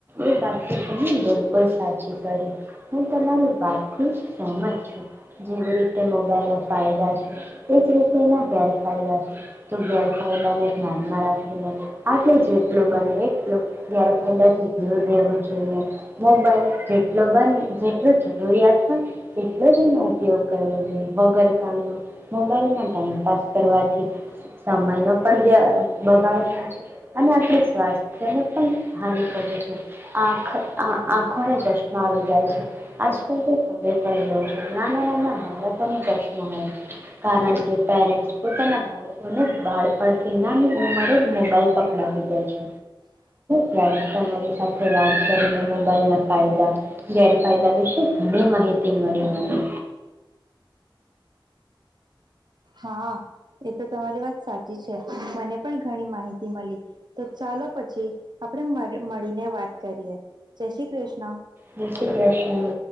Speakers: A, on the right; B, on the right.
A: એ વાત તો તમે બિલકુલ સાચી કરી હું તમારી વાત થી સહમત છું જેવી રીતે મોબાઈલ ના ફાયદા છે એ જ રીતે એના ગેરફાયદા છે. તો ગેરફાયદાને ધ્યાનમાં રાખીને આપણે જેટલો બને એટલો ગેરફાયદાથી બેમે છેને મોબાઈલ જેટલો બને જેટલો જરૂરિયાત હોય એટલો જ એનો ઉપયોગ કરવો જોઈએ. વગર કામનો મોબાઈલમાં ટાઈમપાસ કરવાથી સમયનો પણ બ બગાડ થાય છે અને આપણે સ્વાસ્થ્યને પણ હાનિ પહોંચે છે આંખ આંખોને ચશ્મા આવી જાય છે. આજલેયો છે નાના નાના બાળકોને ચશ્મા હોય છે કારણ કે પેરેન્ટ પોતાના બાળકોને બાળપણથી નાની ઉંમરે મોબાઈલ પકડાવી દે છે ત્યારે તમારી વાત કરીને મોબાઈલ ના ફાયદા, ગેરફાયદા વિશે ઘણી માહિતી મળી મને.
B: હા એ તો તમારી વાત સાચી છે. મને પણ ઘણી માહિ મળી તો ચાલો પછી આપણે મળી મળીને વાત કરીએ જય શ્રી કૃષ્ણ.
A: જય શ્રી કૃષ્ણ